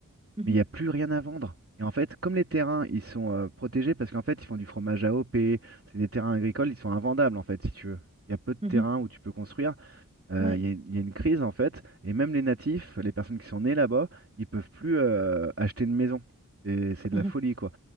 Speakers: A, on the right; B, on the right.
A: mhm,
B: mais il n'y a plus rien à vendre. Et en fait, comme les terrains, ils sont euh, protégés parce qu'en fait, ils font du fromage à AOP, c'est des terrains agricoles, ils sont invendables en fait, si tu veux. Il y a peu de
A: mhm,
B: terrains où tu peux construire. Euh,
A: Ouais.
B: Il y a, il y a une crise en fait, et même les natifs, les personnes qui sont nées là-bas, ils peuvent plus euh, acheter une maison. C'est c'est de
A: mhm,
B: la folie quoi.